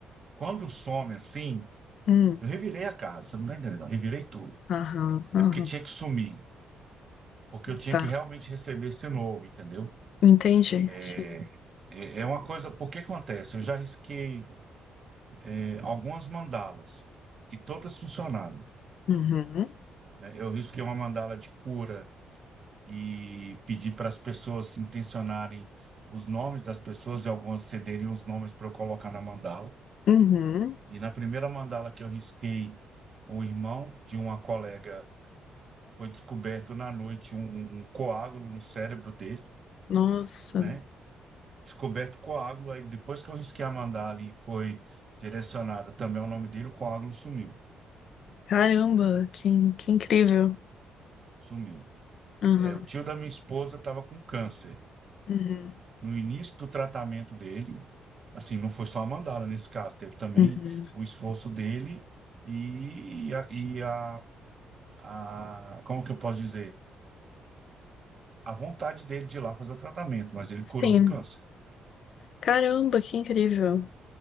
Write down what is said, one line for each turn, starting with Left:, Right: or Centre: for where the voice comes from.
Right: quando some assim,
Left: hum,
Right: eu revirei a casa, você não tá entendendo, eu revirei tudo.
Left: aham,
Right: É
Left: aham,
Right: porque tinha que sumir, porque eu tinha
Left: tá.
Right: que realmente receber esse novo, entendeu?
Left: Entendi,
Right: É,
Left: sim.
Right: é, é uma coisa, porque acontece? Eu já risquei é, algumas mandalas e todas funcionaram,
Left: Uhum,
Right: né? Eu risquei uma mandala de cura. e pedir para as pessoas intencionarem os nomes das pessoas e algumas cederiam os nomes para eu colocar na mandala.
Left: uhum.
Right: E na primeira mandala que eu risquei, o irmão de uma colega foi descoberto na noite um, um um coágulo no cérebro dele,
Left: Nossa,
Right: né? Descoberto o coágulo, aí depois que eu risquei a mandala e foi direcionada também ao nome dele, o coágulo sumiu.
Left: caramba, que, que incrível.
Right: Sumiu.
Left: Uhum,
Right: É, o tio da minha esposa estava com câncer.
Left: uhum,
Right: no início do tratamento dele, assim, não foi só a mandala nesse caso, teve também
Left: uhum.
Right: o esforço dele e, a, e a, a- como que eu posso dizer? A vontade dele de ir lá fazer o tratamento, mas ele
Left: Sim,
Right: curou do câncer.
Left: caramba, que incrível.